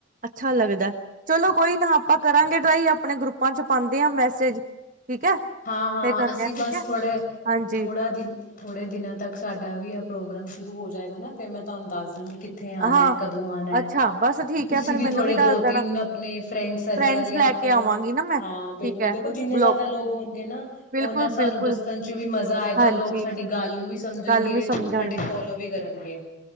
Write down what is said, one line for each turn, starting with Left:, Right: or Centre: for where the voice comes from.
Right: ਅੱਛਾ ਲੱਗਦਾ ਚਲੋ ਕੋਈ ਨਾ ਆਪ ਕਰਾਂਗੇ ਟਰਾਈ ਆਪਣੇ ਗਰੁੱਪਾਂ ਚ ਪਾਉਂਦੇ ਆ ਮੈਸੇਜ ਠੀਕ ਹੈ
Left: ਹਾਂ-ਹਾਂ
Right: ਫੇਰ ਕਰਦੇ
Left: ਅਸੀਂ
Right: ਆ ਠੀਕ
Left: ਬਸ
Right: ਹੈ
Left: ਥੋੜੇ
Right: ਹਾਂਜੀ
Left: ਥੋੜਾ ਦਿਨ ਥੋੜੇ ਦਿਨਾਂ ਤੱਕ ਸਾਡਾ ਵੀ ਪ੍ਰੋਗਰਾਮ ਸ਼ੁਰੂ ਹੋ ਜਾਏਗਾ ਨਾ ਫੇ ਮੈਂ ਤੁਹਾਨੂੰ ਦੱਸ ਦਾਂਗੀ ਕਿੱਥੇ ਆਉਣਾ
Right: ਹਾਂ
Left: ਹੈ ਕਦੋਂ ਆਉਣਾ ਹੈ
Right: ਅੱਛਾ ਬਸ ਠੀਕ
Left: ਤੁਸੀਂ
Right: ਹੈ ਫੇਰ
Left: ਵੀ
Right: ਮੈਨੂੰ
Left: ਥੋੜੇ
Right: ਦੱਸ
Left: ਦੋ
Right: ਦੇਣਾ
Left: ਤਿੰਨ ਆਪਣੇ ਫਰੈਂਡ ਸਰਕਲ
Right: ਫਰੈਂਡਸ
Left: ਜਾਂ
Right: ਲੈ
Left: ਆਪਣਾ
Right: ਕੇ ਆਵਾਂਗੀ ਨਾ ਮੈਂ
Left: ਹਾਂ ਬਿਲਕੁਲ
Right: ਠੀਕ ਹੈ
Left: ਦੇਖੋ ਜਿੰਨੇ
Right: ਬਲੋ
Left: ਜ਼ਿਆਦਾ ਲੋਕ ਹੋਣਗੇ ਨਾ
Right: ਬਿਲਕੁਲ
Left: ਉਹਨਾਂ ਸਾਨੂੰ
Right: ਬਿਲਕੁਲ
Left: ਦੱਸਣ ਚ ਵੀ ਮਜ਼ਾ ਆਏਗਾ
Right: ਹਾਂਜੀ
Left: ਲੋਕ ਸਾਡੀ ਗੱਲ ਨੂੰ ਵੀ ਸਮਝਣਗੇ
Right: ਗੱਲ ਵੀ ਸਮਝਣਗੇ
Left: ਲੋਕ ਸਾਡੇ ਫੋਲੋ ਵੀ ਕਰਨਗੇ